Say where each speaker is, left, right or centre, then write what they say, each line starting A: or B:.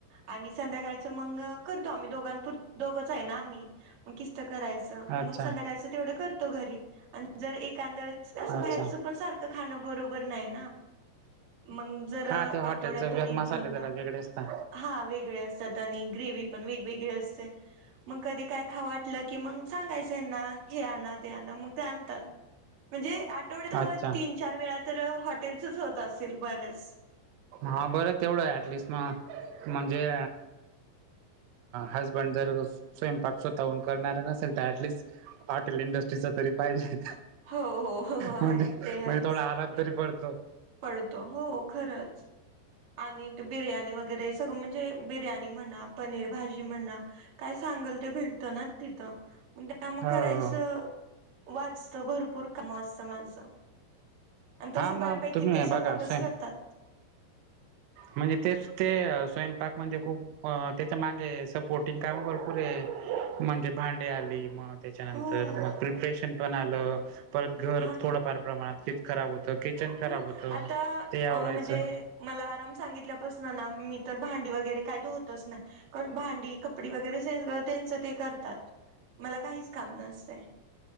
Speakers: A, on the right (about 45°); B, on the right (about 85°).
A: आणि संध्याकाळचं मग करतो आम्ही दोघांपूर दोघच आहे ना आम्ही. मग किस्त करायच मग
B: अच्छा
A: संध्याकाच तेवढं करतो घरी आणि जर एखादया असं
B: अच्छा
A: बाहेरचं पण सारखं खाणं बरोबर नाही ना मंग जर
B: हा ते
A: आठवड्यातून
B: हॉटेलच
A: एक
B: मसाले
A: दोनदा
B: जरा वेगळे असता
A: हा वेगळे असतात आणि ग्रेवही पण वेगवेगळे असते मग कधी काय खा वाटलं की मग सांगायचं ह्यांना हे आणा ते आण मग ते आणतात. म्हणजे आठवड्यात
B: अच्छा
A: तीन चार वेळा तर हॉटेलच होत असेल बरच.
B: हा बरं तेवढं आहे ऍटलिस्ट मग म्हणजे हसबंड जर स्वयंपाक स्वतःहन करणार नसेल तर ऍटलिस्ट हॉटेल इंडस्ट्रीचा तरी पाहिजे.
A: हो हो हो हो आहे
B: म्हणजे
A: ते आहेच
B: म्हणजे थोडा आलाप तरी पडतो.
A: पडतो हो खरंच. आणि ते बिर्याणी वगैरे सगळं म्हणजे बिर्याणी म्हणा पनीर भाजी म्हणा. काय सांगल ते भेटत ना तिथं मगं त्या मग
B: हो
A: करायच च वाचत भरपूर का वाचत माझ आणि तस
B: हा मग
A: बऱ्यापैकी
B: तुम्ही बघा स्वयं
A: तात.
B: म्हणजे तेच ते स्वयंपाक म्हणजे खूप त्याच्या मागे सपोर्टिंग काम भरपूरे म्हणजे भांडे आली मग त्याच्यानंतर
A: हो
B: मग प्रिप्रेशन पण आलं परत घर
A: हा ना
B: थोडंफार प्रमाणात किच खराब होत किचन खराब
A: हो
B: होतं
A: आता
B: ते आवरायचं.
A: अ, म्हणजे मला आराम सांगितल्यापासन ना मी तर भांडी वगैरे काही धुतच नाही. पण भांडी कपडी वगैरे सगळे त्यांच ते करतात मला काहीच काम नसतं.